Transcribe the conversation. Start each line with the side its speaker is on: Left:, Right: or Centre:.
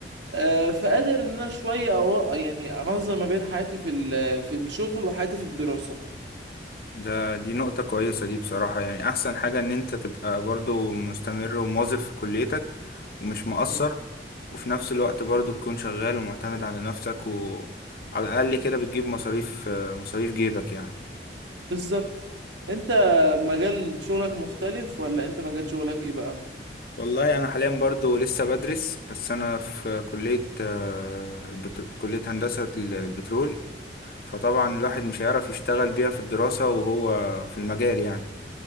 Right: آه فقادر ان انا شويه أو يعني انظم ما بين حياتي في ال- في الشغل وحياتي في الدراسه
Left: ده دي نقطة كويسة دي بصراحة يعني احسن حاجة ان انت تبقى برضو مستمر وموظف في كليتك ومش مقصر
Right: مم.
Left: وفي نفس الوقت برضو تكون شغال ومعتمد على نفسك وعلى الاقل كده بتجيب مصاريف مصاريف جيبك يعني
Right: بالظبط انت مجال شغلك مختلف ولا انت مجال شغلك ايه بقى
Left: والله انا حاليا برضو لسه بدرس بس انا في كلية آه، البترو... كلية هندسة ال- البترول فطبعا الواحد مش هيعرف يشتغل بيها في الدراسة وهو في المجال يعني